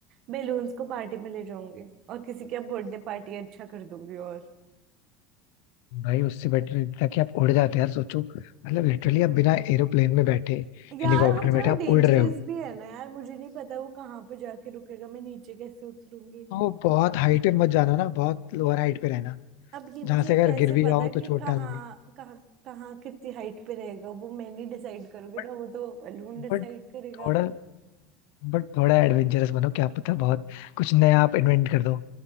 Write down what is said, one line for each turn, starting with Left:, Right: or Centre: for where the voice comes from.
Right: बेलून्स को पार्टी में ले जाऊंगी और किसी के बर्थडे पार्टी अच्छा कर दूंगी और
Left: भाई उससे बेटर ये था कि आप उड़ जाते यार सोचो मतलब लिटरली आप बिना एरोप्लेन में बैठे
Right: यार
Left: हेलीकॉप्टर
Right: वो
Left: में बैठे
Right: थोड़ा
Left: आप
Right: डेंजरस
Left: उड़ रहे हो
Right: भी है ना यार मुझे नहीं पता वो कहाँ पे जाके रुकेगा मैं नीचे कैसे उतरूंगी
Left: तो बहुत हाइट पे मत जाना ना बहुत लोअर हाइट पे रहना
Right: अब ये
Left: जहां
Right: मुझे
Left: से अगर
Right: कैसे
Left: गिर भी
Right: पता
Left: जाओ
Right: कि
Left: तो चोट
Right: कहाँ
Left: ना लगे
Right: कहाँ कहाँ कितनी हाइट पे रहेगा वो मैं नहीं डिसाइड करूंगी
Left: बट
Right: ना वो तो बलून डिसाइड
Left: बट
Right: करेगा
Left: थोड़ा बट थोड़ा एडवेंचरस बनो क्या पता बहुत कुछ नया आप इन्वेंट कर दो